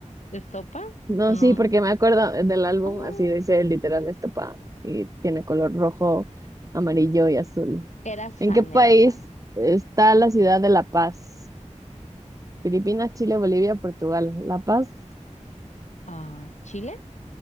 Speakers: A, on the left; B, on the right.
A: Estopa.
B: No,
A: No.
B: sí, porque me acuerdo del álbum,
A: Oh,
B: así dice literal esta pa, y tiene color rojo, amarillo y azul.
A: eras fan,
B: ¿En qué país
A: eras fan.
B: está la ciudad de La Paz? Filipinas, Chile, Bolivia, Portugal. La Paz,
A: Ah, ¿Chile?